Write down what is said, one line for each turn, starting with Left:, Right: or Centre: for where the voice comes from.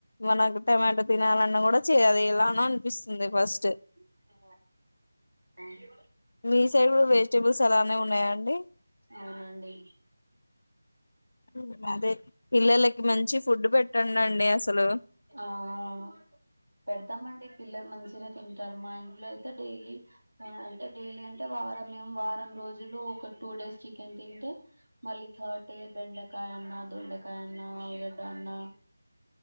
Left: మనకు టమాటో తినాలన్నా కూడా చి అది ఎలానో అనిపిస్తుంది ఫస్ట్
Right: తిను ఎ
Left: మీ సైడ్ కూడా వెజిటేబుల్స్ అలానే ఉన్నాయా అండి
Right: అవునండి
Left: ఉ అదే పిల్లలకి మంచి ఫుడ్ పెట్టండి అండి అసలు
Right: ఆ ఆ పెడతామ అండి పిల్లలు మంచి తిన తింటారు మా ఇంట్లో అయితే డైలీ అంటే డైలీ అంటే వారం మేం వారం రోజులో ఒక టూ డేస్ చికెన్ తింటే మళ్ళీ తాడే బెండకాయ అన్న దొండకాయ అన్నా ఆలుగడ్డ అన్నా